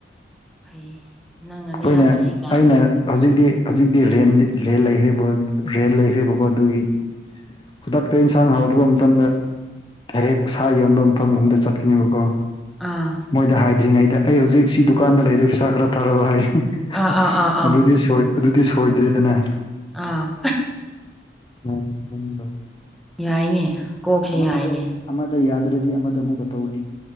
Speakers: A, in the centre; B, on the left.
A: ꯐꯩ ꯅꯪꯅ
B: ꯑꯩꯈꯣꯏꯅ
A: ꯅꯌꯥꯝꯕꯁꯤꯡꯅ
B: ꯑꯩꯅ ꯍꯧꯖꯤꯛꯇꯤ ꯍꯧꯖꯤꯛꯇꯤ ꯔꯦꯟꯗꯤ ꯔꯦꯟ ꯂꯩꯈ꯭ ꯔꯦꯟ ꯂꯩꯈ꯭ꯔꯤꯕꯀꯣ ꯑꯗꯨꯒꯤ ꯈꯨꯗꯛꯇ ꯏꯟ ꯍꯤꯡꯖꯥꯡ ꯍꯥꯎꯇꯕ ꯃꯇꯝꯗ ꯗꯥꯏꯔꯦꯛ ꯁꯥ ꯌꯣꯟꯕ ꯃꯐꯝꯒꯨꯝꯗ ꯆꯠꯀꯅꯦꯕꯀꯣ
A: ꯑꯥ
B: ꯃꯣꯏꯗ ꯍꯥꯏꯗ꯭ꯔꯤꯉꯩꯗ ꯑꯩ ꯍꯧꯖꯤꯛ ꯁꯤ ꯗꯨꯀꯥꯟꯗ ꯂꯩꯔꯦ ꯄꯩꯁꯥ ꯈꯔ ꯊꯥꯔꯛꯑꯣ ꯍꯥꯏꯔꯤ
A: ꯑꯥ ꯑꯥ ꯑꯥ ꯑꯥ
B: ꯑꯗꯨꯗꯤ ꯁꯣꯏ ꯑꯗꯨꯗꯤ ꯁꯣꯏꯗ꯭ꯔꯦꯗꯅ
A: ꯑꯥ
B: <unintelligible>
A: ꯌꯥꯏꯅꯦ ꯀꯣꯛꯁꯦ
B: ꯑꯃꯗ
A: ꯌꯥꯏꯅꯦ
B: ꯑꯃꯗ ꯌꯥꯗ꯭ꯔꯗꯤ ꯑꯃꯗ ꯑꯃꯨꯛꯀ ꯇꯧꯅꯤ